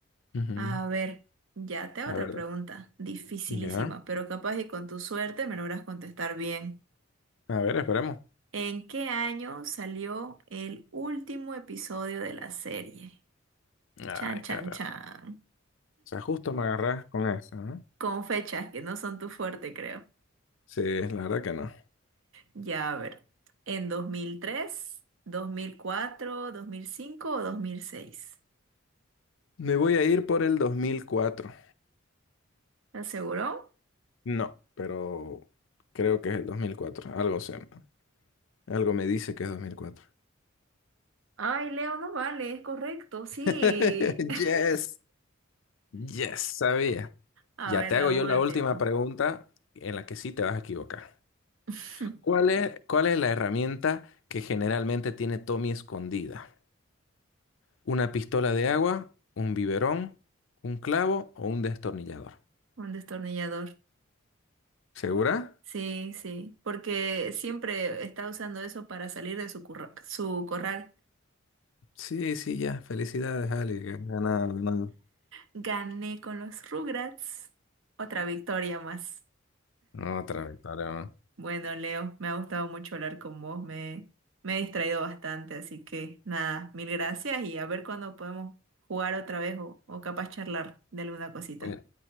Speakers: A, on the left (about 65°); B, on the right (about 65°).
A: Ujú,
B: A ver, ya te hago
A: La
B: otra
A: verdad.
B: pregunta, dificilísima,
A: Ya.
B: pero capaz y con tu suerte me logras contestar bien.
A: A ver, esperemos.
B: ¿En qué año salió el último episodio de la serie?
A: Ay,
B: Chan, chan,
A: cara.
B: chan.
A: O sea, justo me agarras con eso, ¿no?
B: Con fechas que no son tu fuerte, creo.
A: Sí, la verdad que no.
B: Ya, a ver. ¿En dos dos mil mil tres, dos mil cuatro, dos mil cinco o 2006?
A: Me voy a ir por el dos mil cuatro
B: ¿Estás seguro?
A: No, pero creo que es el dos mil cuatro Algo sé ¿no? algo me dice que es dos mil cuatro
B: Ay, Leo, no vale, es correcto, sí.
A: <laughs>
B: <laughs>
A: Yes. Yes, sabía.
B: A
A: Ya
B: ver,
A: te
B: la
A: hago yo
B: última.
A: la última pregunta en la que sí te vas a equivocar.
B: <laughs>
A: ¿Cuál es, cuál es la herramienta que generalmente tiene Tommy escondida? una pistola de agua, un biberón, un clavo o un destornillador.
B: Un destornillador.
A: ¿Segura?
B: Sí, sí, porque siempre está usando eso para salir de su, curra- su corral.
A: Sí, sí, ya. Felicidades, Ali. que has Ganado, ganado.
B: Gané con los Rugrats. Otra victoria más.
A: <laughs> otra victoria, ¿no?
B: Bueno, Leo, me ha gustado mucho hablar con vos. Me, me he distraído bastante, así que nada, mil gracias y a ver cuándo podemos jugar otra vez o, o capaz charlar de alguna cosita.
A: Bueno,